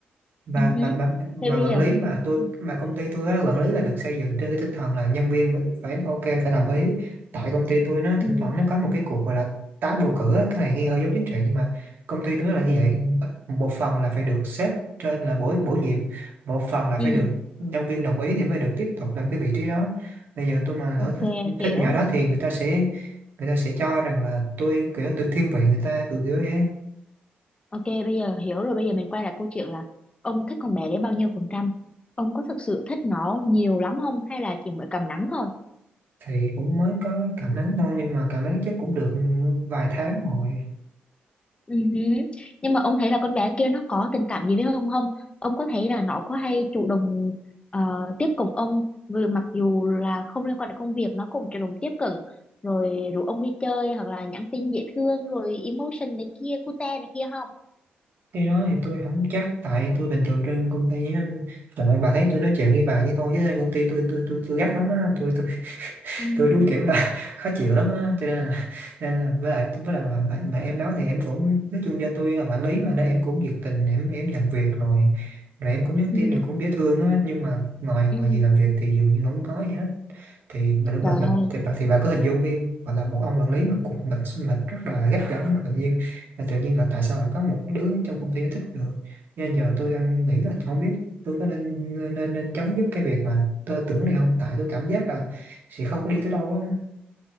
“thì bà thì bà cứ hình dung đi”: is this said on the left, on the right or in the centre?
Right